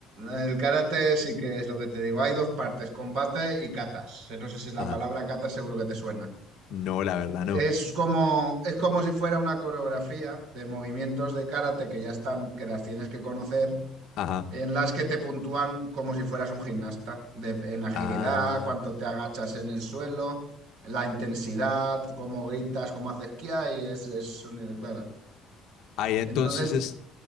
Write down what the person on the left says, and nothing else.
Ajá.
No, la verdad no.
Ajá.
Ah.
Ahí entonces
es...